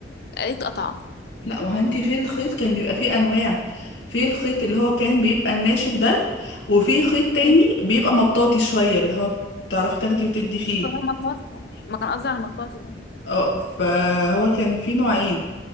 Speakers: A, on the left; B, on the left.
A: الاقيه اتقطع
B: لا ما هو انت في الخيط كان بيبقى فيه انواع في الخيط اللي هو كان بيبقى الناشف ده وفي خيط تاني
A: مم.
B: بيبقى مطاطي شويه اللي هو بتعرفي تاخدي وتدي فيه
A: هو مطاط ده. ما كان قصدي على المطاط ده
B: اه فهو كان في نوعين